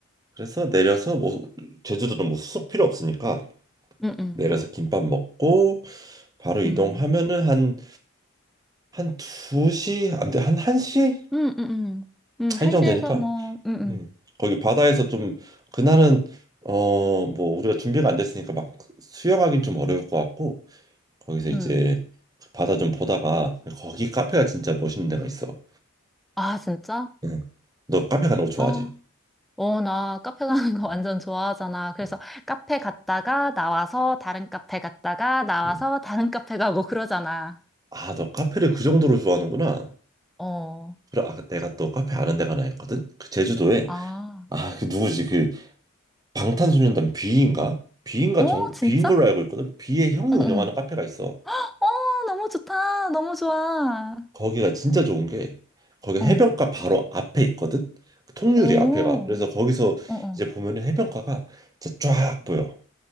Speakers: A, on the right; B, in the centre.
A: 그래서 내려서 뭐 제주도는 뭐 숙 필요 없으니까
B: 응, 응.
A: 내려서 김밥 먹고 바로 이동하면은
B: 음.
A: 한 한 2시 안돼 한 1시
B: 응응응응
A: 한시
B: 한시에서
A: 정도 되니까
B: 뭐, 응응
A: 음. 거기 바다에서 좀 그날은 어 뭐 우리가 준비가 안 됐으니까 막 수영하긴 좀 어려울 것 같고 거기서 이제
B: 응
A: 바다 좀 보다가 거기 카페가 진짜 멋있는 데가 있어.
B: 아, 진짜?
A: 응, 너 카페 가는 거 좋아하지?
B: 아, 어, 나 카페 가는 거
A: 응,
B: 완전 좋아하잖아. 그래서
A: 응,
B: 카페 갔다가 나와서 다른 카페 갔다가 나와서
A: 응.
B: 다른 카페 가고 그러잖아.
A: 아, 너 카페를 그 정도로 좋아하는구나.
B: 어,
A: 그래, 아, 내가 또 카페 아는 데가 하나 있거든. 그 제주도에
B: 아,
A: 아, 그 누구지? 그 방탄소년단 B인가? B인가
B: 어,
A: 정
B: 진짜?
A: B인 걸로 알고 있거든. B의 형이
B: 어,
A: 운영하는
B: 어.
A: 카페가 있어.
B: 어, 너무 좋다. 너무 좋아.
A: 거기가 진짜 좋은 게 거기
B: 어,
A: 해변가 바로 앞에 있거든. 그 통유리
B: 오,
A: 앞에가. 그래서 거기서
B: 어, 어.
A: 이제 보면은 해변가가 진짜 쫙 보여.